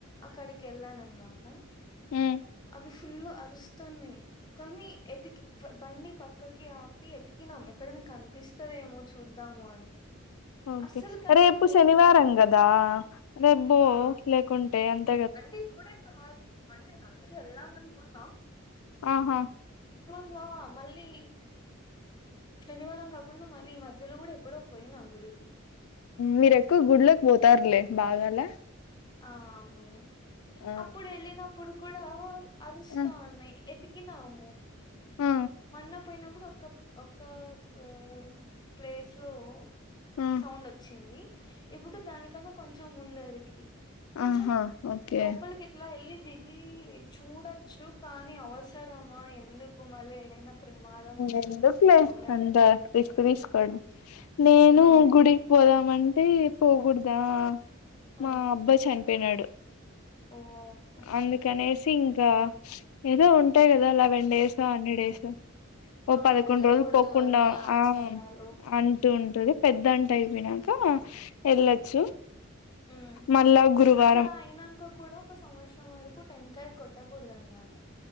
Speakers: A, on the left (about 20°); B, on the left (about 85°).
A: అక్కడికి వెళ్లాను అన్. అనమాట
B: ఉమ్
A: అవి ఫుల్ అరుస్తాన్నాయి కానీ ఎతికి. బండి పక్కకి ఆపి ఎతికినాం ఎక్కడైన కనిపిస్తదేమో చూద్దాము అని.
B: ఓకే
A: అస్సలు కనిపిలేదు
B: రేపు శనివారం
A: ఎక్కడుందో
B: కదా రేపుబో
A: ఆ
B: లేకుంటే అంత.
A: అంటే కూడా <unintelligible> అంటే నాకు కూడా వేలద్దామనుకుంటున్నా.
B: ఆహా.
A: ఇకా మళ్ళీ. శనివారం కాకుండా మళ్ళీ ఈ మధ్యలో కూడా ఎప్పుడో పోయినా గుడికి.
B: మీరేక్కువ గుడ్లోకి పోతారులే బాగాలే.
A: ఆహ్ అవును
B: ఆ
A: అప్పుడు వెళ్ళినప్పుడు కూడా అరుస్తా
B: ఆ
A: ఉన్నాయి ఎత్. ఎతికినాము
B: ఆ
A: కనప. పోయినప్పుడు ఒక్క ఒక్క ఆహ్ ప్లేస్ లో.
B: ఆ
A: సౌండ్ వచ్చింది ఇప్పుడు దానికన్నా కొంచెం ముందరికి కొంచెం
B: ఆహా ఓకే
A: లోపలికిట్లా వెళ్ళి ఇది చూడచ్చు కానీ అవసరమా ఎందుకు మళ్ళీ ఏడైనా ప్రమాదం వస్తదని
B: ఎందుకులే
A: పోలేమే
B: అంత రిస్క్ తీస్ అక్కడ నేను
A: ఆ
B: గుడికి పోదామంటే పోకూడదా
A: ఓ
B: మా అబ్బాయి చనిపోయినాడు
A: ఓ ఓకే
B: అందుకనేసి ఇంకా ఏదో ఉంటాయి కదా లా సెవన్ డేస్ అన్ని డేస్ ఓ
A: ఆ
B: పదకొండు
A: వెళ్ళకూడదు
B: రోజులు పోకుండా
A: అని ఆచారాలు
B: ఆ అంటూ ఉంటది పెద్దంట అయిపోయినంక వెళ్ళొచ్చు
A: ఉ
B: మళ్ళా గురువారం
A: అట్లా అయినంక కూడా ఒక సంవత్సరం వరకు టెంకాయ కొట్టకూడద మరి